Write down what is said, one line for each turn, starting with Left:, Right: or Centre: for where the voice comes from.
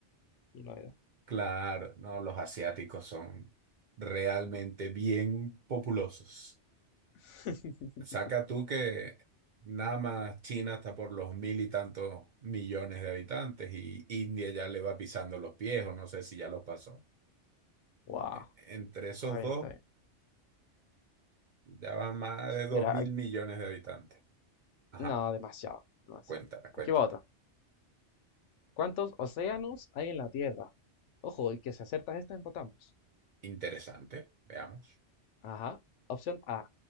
Left: y no era.
Right: claro, no, los asiáticos son realmente bien populosos.
Left: <laughs>
Right: Saca tú que nada más China está por los mil y tantos millones de habitantes y India ya le va pisando los pies o no sé si ya los pasó.
Left: Wow,
Right: E- Entre esos
Left: está bien,
Right: dos
Left: está bien.
Right: ya van más de dos
Left: Mira,
Right: mil
Left: ac-
Right: millones de habitantes. Ajá,
Left: no, demasiado, demasiado.
Right: cuéntala, cuéntala.
Left: Aquí va otra. ¿Cuántos océanos hay en la Tierra? Ojo, y que si acertas esta, empatamos.
Right: Interesante, veamos.
Left: Ajá. Opción A,